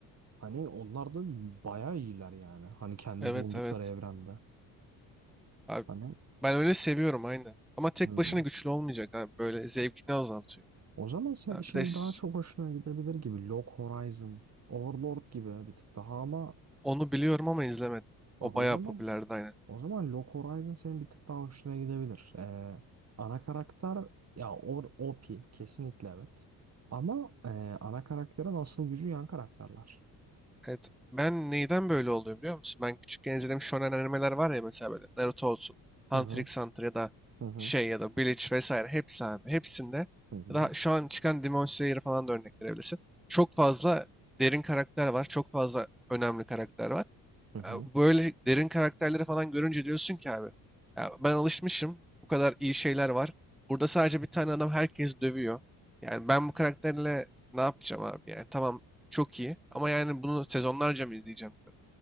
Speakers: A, on the right; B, in the centre.
A: hani onlar da bayağı iyiler yani. Hani kendi
B: evet
A: bulundukları
B: evet.
A: evrende.
B: Abi,
A: Hani
B: ben öyle seviyorum aynen. Ama tek
A: hmm.
B: başına güçlü olmayacak abi böyle zevkini azaltıyor.
A: O zaman se-
B: Ha,
A: şey
B: bir de ş-
A: daha çok hoşuna gidebilir gibi. Log Horizon, Overlord gibi bir tık daha ama
B: onu biliyorum ama izlemedim.
A: bak
B: O bayağı
A: o zaman
B: popülerdi aynen.
A: O zaman Log Horizon senin bir tık daha hoşuna gidebilir. Ee, ana karakter ya o OP kesinlikle evet. Ama e, ana karakterin asıl gücü yan karakterler.
B: Evet. Ben neyden böyle oluyor biliyor musun? Ben küçükken izlediğim shonen animeler var ya mesela böyle Naruto olsun, Hunter
A: Hı hı
B: x Hunter ya da
A: hı hı
B: şey ya da Bleach vesaire hepsi abi. Hepsinde
A: hı hı.
B: ya da şu an çıkan Demon Slayer'ı falan da örnek verebilirsin. Çok fazla derin karakter var. Çok fazla önemli karakter var.
A: hı hı.
B: Ya Böyle derin karakterleri falan görünce diyorsun ki abi ya ben alışmışım bu kadar iyi şeyler var. Burada sadece bir tane adam herkes dövüyor. Yani ben bu karakterle ne yapacağım abi yani tamam çok iyi ama yani bunu sezonlarca mı izleyeceğim diyorum.